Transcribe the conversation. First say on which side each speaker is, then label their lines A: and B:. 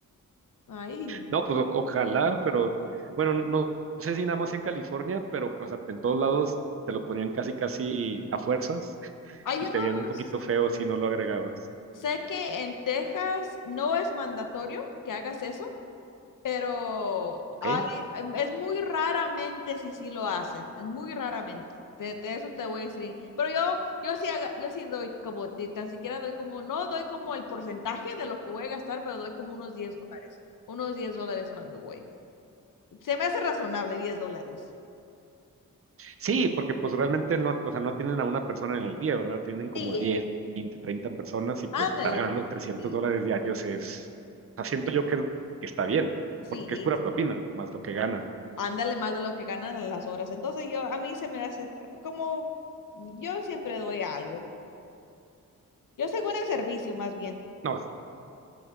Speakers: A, on the left; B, on the right.
A: Ay,
B: No, pues o- ojalá, pero bueno, no, sé si nada más en California, pero o sea, en todos lados te lo ponían casi, casi a fuerzas
A: hay
B: y
A: unos,
B: te veían un poquito feo si no lo agregabas.
A: sé que en Texas no es mandatorio que hagas eso, pero
B: ¿Ok?
A: hay, em, es muy raramente si sí lo hacen, es muy raramente, de, de eso te voy a decir, pero yo, yo sí, haga- yo sí doy como, ti- tan siquiera doy como, no doy como el porcentaje de lo que voy a gastar, pero doy como unos diez dólares, unos 10 dólares cuando voy. Se me hace razonable 10 dólares.
B: Sí, porque pues realmente no, o sea, no tienen a una persona en el día, ¿verdad? Tienen como
A: Sí,
B: a
A: eh,
B: 10, 20, 30 personas y pues
A: Ándale,
B: estar ganando trescientos
A: sí,
B: dólares diarios es, o sea, siento yo que, que está bien,
A: sí,
B: porque es pura propina,
A: sí.
B: más lo que ganan.
A: Ándale más de lo que ganan a las horas. Entonces yo, a mí se me hace ta- como, yo siempre doy algo. Yo según el servicio, más bien.
B: No, es-